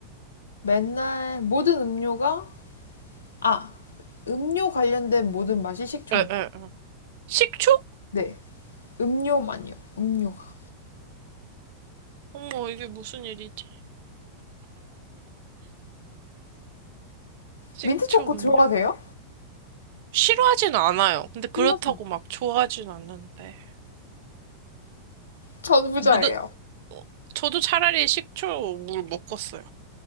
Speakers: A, on the left; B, on the right.
A: 맨날 모든 음료가, 아, 음료 관련된 모든 맛이 식초
B: 에, 에,
A: 맛.
B: 에. 식초?
A: 네. 음료만요. 음료가.
B: 어머, 이게 무슨 일이지? 식초
A: 민트 초코
B: 음료?
A: 좋아하세요?
B: 싫어하진 않아요. 근데 그렇다고
A: 싫어하진
B: 막 좋아하진 않는데.
A: 전 부자예요.
B: 모든 어, 저도 차라리 식초 물 묶었어요.